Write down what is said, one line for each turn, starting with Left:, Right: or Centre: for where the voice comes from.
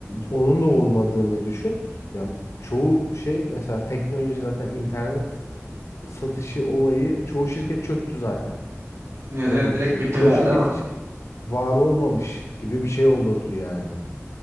Left: onun da olmadığını düşün ya çoğu şey mesela teknoloji zaten internet satışı olayı çoğu şirket çöktü zaten
Right: Evet,
Left: öyle
Right: evet direkt
Left: düşün
Right: bittiler
Left: çoğu şirket
Right: değil mi?
Left: hiç var olmamış gibi bir şey olurdu yani